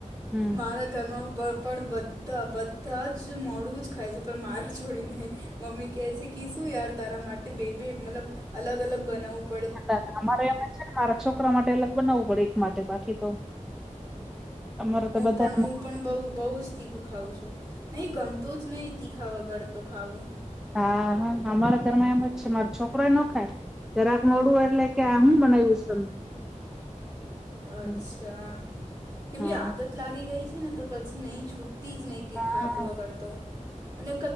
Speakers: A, in the centre; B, on the right (about 30°).
A: હમ.
B: મારા ઘરમાં પણ, પણ બધા બધા જ મોરુ જ ખાય છે. પણ, મારે છોડીને. મમ્મી કે છે કે શું યાર, તારા માટે બે- બે મતલબ અલગ- અલગ બનાવું.
A: હા તો, અમારે એમ જ છે, ને મારા છોકરા માટે અલગ બનાવવું પડે એક માટે, બાકી તો, અમારે
B: હું
A: તો બધા
B: પણ મુું..... પણ બઉ બહુ જ તીખું ખાઉં છું, નહીં ગમતું જ નહી તીખા વગર તો ખાવું.
A: હા હા અમારા ઘરમાં એમ જ છે. મારો છોકરો ય ન ખાય. જરાક મોરુ એટલે, કે આ હું બનાવ્યું છે
B: અચ્છા!
A: તમે
B: કેમ
A: હા.
B: કે આદત. લાગી ગઈ છે ને તો પછી નહીં. છૂટતી જ નહી. તીખા
A: હા
B: વગર તો, અને